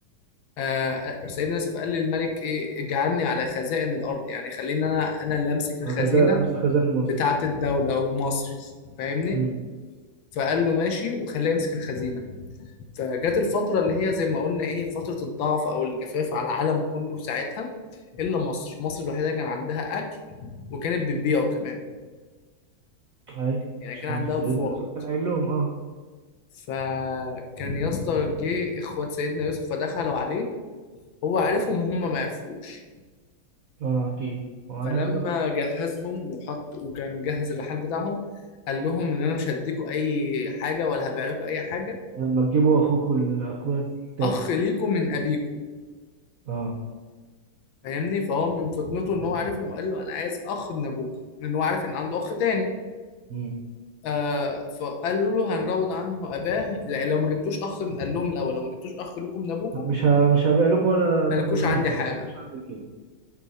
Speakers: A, on the left (about 70°); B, on the right (about 65°).
A: آه، سيدنا يوسف قال للملك ايه اجعلني على خزائن الارض يعني خليني انا انا اللي امسك الخزينه
B: انا خزان امس خزان مصر
A: بتاعه الدوله ومصر فاهمني
B: امم
A: فقال له ماشي وخليه يمسك الخزينه فجت الفتره اللي هي زي ما قلنا ايه فتره الضعف او الجفاف على العالم كله ساعتها الا مصر مصر الوحيده كان عندها اكل وكانت بتبيعه كمان
B: ايوه
A: يعني
B: عشان
A: كان عندها
B: سيدنا
A: فائض
B: يوسف كان قايل لهم اه
A: فكان يا اسطى جه اخوات سيدنا يوسف فدخلوا عليه هو عرفهم وهم ما عرفوش
B: اه اكيد هو
A: فلما
B: نبي بقى
A: جهزهم وحط وكان مجهز الرحال بتاعهم قال لهم ان انا مش هديكوا اي حاجه ولا هبيع لكم اي حاجه
B: لما تجيبوا اخوكم الاخويا التاني
A: اخ ليكم من ابيكم
B: اه
A: فاهمني فهو من فطنته ان هو عارفهم وقال له انا عايز اخ من ابوكم لان هو عارف ان عنده اخ تاني
B: مم.
A: آه فقالوا له هنروض عنه اباه لا لو ما جبتوش اخ من قال لهم الاول لو ما جبتوش اخ لكم من ابوكم
B: مش ه... مش هبيع لكم ولا
A: مالكوش
B: تاخدوا مني
A: عندي
B: حاجه
A: حاجه
B: مش عندك كده